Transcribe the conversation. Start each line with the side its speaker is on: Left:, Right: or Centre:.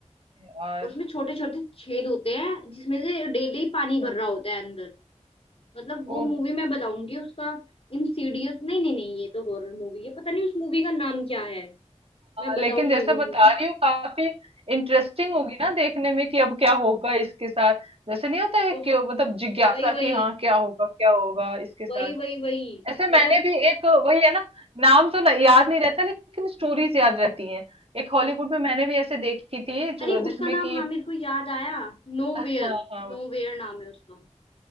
Right: यार
Left: और उसमें छोटे छोटे छेद होते हैं जिसमें से डेली पानी भर
Right: हाँ,
Left: रहा होता है अंदर मतलब वो
Right: ओ
Left: मूवी
Right: भाई
Left: मैं बताऊंगी उसका इंसीडियस नहीं नहीं नहीं ये तो हॉरर मूवी है पता नहीं उस मूवी का नाम क्या है मैं बताऊंगी
Right: लेकिन जैसे
Left: वो
Right: बता
Left: मूवी
Right: रही हूँ काफी इंटरेस्टिंग होगी ना देखने में कि अब क्या होगा इसके साथ जैसे नहीं होता है
Left: बहुत
Right: कि मतलब जिज्ञासा
Left: वही वही
Right: कि हाँ क्या होगा क्या होगा इसके साथ
Left: वही वही वही
Right: ऐसे मैंने
Left: मतलब
Right: भी एक वही है ना नाम तो नहीं- याद नहीं रहता लेकिन स्टोरीज याद रहती हैं एक हॉलीवुड में मैंने भी ऐसे देखी थी
Left: अरे
Right: जो जिसमें
Left: उसका नाम
Right: कि
Left: हाँ मेरे को याद आया नोवेयर
Right: हाँ हाँ हाँ,
Left: नोवेयर नाम है उसका